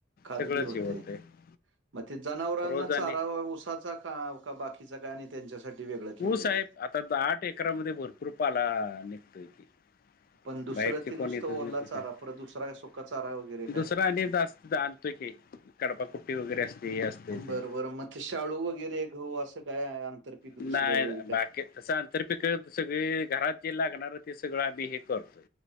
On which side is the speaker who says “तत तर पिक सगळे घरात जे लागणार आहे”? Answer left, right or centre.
Left